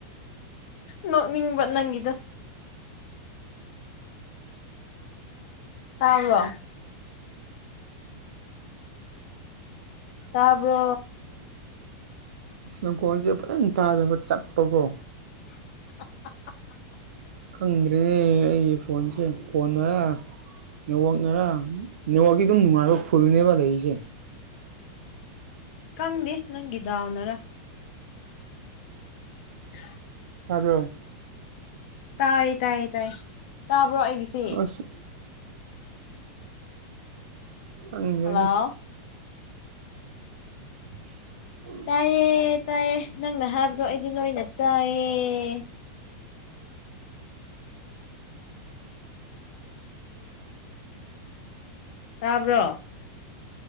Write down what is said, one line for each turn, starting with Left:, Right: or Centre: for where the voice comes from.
Left: ꯅꯣꯛꯅꯤꯡꯕ ꯅꯪꯒꯤꯗ ꯇꯥꯕ꯭ꯔꯣ ꯇꯥꯕ꯭ꯔꯣ
Right: ꯏꯁꯅꯣꯀꯣꯜꯁꯦ ꯐꯖꯅ ꯇꯥꯗꯕ ꯆꯞꯄꯀꯣ
Left: <unintelligible>
Right: ꯈꯪꯗ꯭ꯔꯦꯅꯦ ꯑꯩꯒꯤ ꯐꯣꯟꯁꯦ ꯐꯣꯟꯅꯔ ꯅꯦꯠꯋꯥꯛꯅꯔꯥ ꯅꯦꯠꯋꯥꯛꯀꯤ ꯑꯗꯨꯝ ꯅꯨꯡꯉꯥꯏꯕ ꯐꯨꯜꯅꯦꯕ ꯂꯩꯔꯤꯁꯦ
Left: ꯀꯪꯗꯦ ꯅꯪꯒꯤ ꯗꯥꯎꯅꯔꯥ <unintelligible>
Right: ꯇꯥꯕ꯭ꯔꯣ
Left: ꯇꯥꯏꯌꯦ ꯇꯥꯏꯌꯦ ꯇꯥꯏ ꯇꯥꯕ꯭ꯔꯣ ꯑꯩꯒꯤꯁꯦ
Right: ꯑꯁ ꯈꯪꯗꯦꯅꯦ
Left: ꯍꯜꯂꯣ
Right: <unintelligible>
Left: ꯇꯥꯏꯌꯦ ꯇꯥꯏꯌꯦ ꯅꯪꯅ ꯍꯥꯏꯕꯗꯣ ꯑꯩꯗꯤ ꯅꯣꯏꯅ ꯇꯥꯏꯌꯦ ꯇꯥꯕ꯭ꯔꯣ